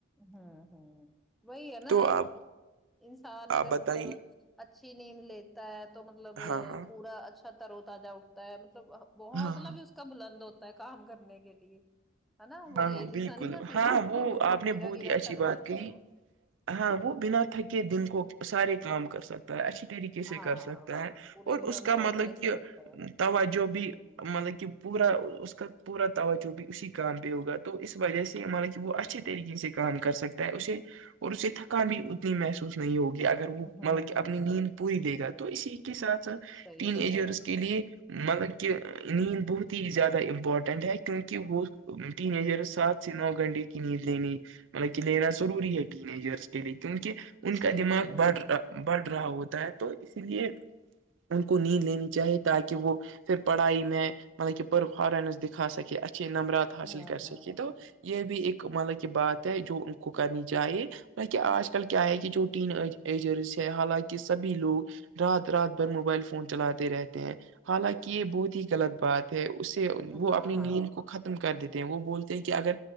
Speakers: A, in the centre; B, on the right (about 65°).
A: ہمم ہمم وہی ہے نا
B: تو آپ
A: انسان اگر
B: آپ بتائیے
A: مطلب اچھی نیند لیتا ہے تو مطلب
B: ہاں ہاں
A: پورا اچھا ترو تازہ اٹھتا ہوتا ہے مطلب حوصلہ
B: ہاں ہاں
A: بھی اس کا بلند ہوتا ہے کام کرنے کے لیے ہے نا وہ
B: ہاں
A: لیزی
B: ہاں بالکل
A: سا نہیں نا فیل
B: ہاں
A: کرتا
B: وہ
A: پھر
B: آپ نے
A: گرا
B: بہت
A: گرا
B: ہی اچھی
A: سا نہیں
B: بات
A: رہتا
B: کہی
A: وہ
B: ہاں
A: آمم
B: وہ بنا تھکے دن کو سارے کام کر سکتے تا اچھی طریقے سے
A: ہاں
B: کر سکتا ہے
A: پورے
B: اور
A: بلند
B: اس کا
A: حوصلے
B: مطلب کہ
A: سے کرتا
B: توجو
A: ہے
B: بھی مطلب کی پورا اس کا پورا توجو بھی اسی کا کام پے ہوگا تو اس وجہ سے مطلب کی وہ اچھے طریقے سے کام کر سکتا ہے اسے اور اسے تھکان بھی اتنی محسوس نہیں ہوگی اگ مطلب
A: ہاں
B: کی اپنی نیند پوری دے گا تو اسی کے ساتھ ساتھ
A: صحیح
B: تین
A: فرمایا
B: ایجرس کے لیے مطلب کہ نیند بہت ہی زیادہ امپارٹنٹ ہے کیونکی وہ ٹین ایجر سات سے نو گنڈے کی نیند لے نی مطلب کی لینا ضروری ہے ٹین ایجرس کے لیے کیونکے ان
A: صحیح
B: کا دماغ
A: فرمایا
B: بڑھ بڑھ رہا ہوتا ہے تو اسی لیے ان کو نیند لینی چاہیے تاکی وہ پھر پڑھائی میں مطلب کی پرفارمنس دکھا سکے اچھے نمبرات حاصل
A: ہاں
B: کر
A: ہاں
B: سکے تو یے بھی ایک مطلب کی بات ہے جو ان کو کرنی چاہیے کہ آج کل کیا ہے کی جوین ایجرس ہے حالانکہ سبھی لوگ رات رات بھر موبائل فون چلاتے رہتے ہیں حالانکی یے بہت ہی غلط بات اس سے وہ
A: ہاں
B: اپنی
A: ہاں
B: نیند کو ختم کر دیتے ہیں وہ بولتے ہیں کی اگر